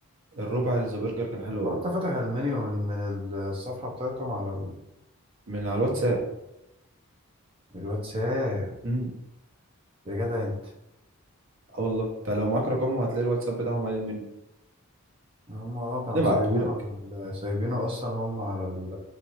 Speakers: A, on the right; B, on the right.
A: الربع اللي ذا برجر كان حلو
B: وأنت
A: قوي
B: فاتح المنيو من من الصفحة بتاعتهم على
A: من على الواتساب
B: الواتساب
A: امم
B: يا جدع انت
A: اه والله انت لو معاك رقمهم هتلاقي الواتساب بتاعهم قليل مني
B: هم اه كانوا
A: نبعتهولك
B: سايبينه على ال... سايبينه اصلا هم على ال...